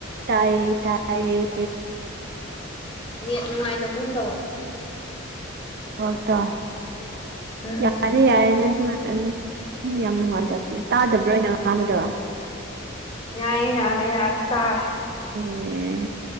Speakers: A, on the right; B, on the left.
A: ꯇꯥꯏꯌꯦ ꯇꯥꯏꯌꯦ
B: ꯅ ꯅꯨꯡꯉꯥꯏꯇꯕꯨꯝ ꯇꯧꯋꯦ
A: ꯑ ꯇ
B: ꯎꯝ
A: ꯌꯥꯔꯦ ꯌꯥꯔꯗꯁꯃ ꯑꯗꯨ ꯌꯥꯝ ꯅꯨꯡꯉꯥꯏꯇꯕꯅꯦ ꯇꯥꯗꯕ꯭ꯔꯥꯅ ꯑꯉꯥꯡꯕꯗꯣ
B: ꯌꯥꯏꯌꯦ ꯌꯥꯔꯦ ꯌꯥꯔꯦ ꯇꯥꯔꯦ
A: ꯑꯦ